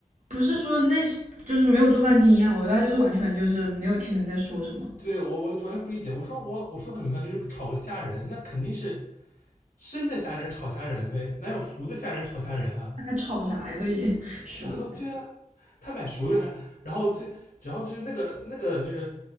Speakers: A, on the right; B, on the left.
A: 不是说那是就是没有做饭经验，我觉得他就是完全就是没有听人在说什么。
B: 对我我完全不理解。我说我我说很明白，就是炒个虾仁，那肯定是生的虾仁炒虾仁呗，哪有熟的虾仁炒虾仁啊？
A: 他在吵啥呀？都已经 <laughs> 熟。
B: <laughs> 对啊，他买熟的，然后最然后就是那个那个就是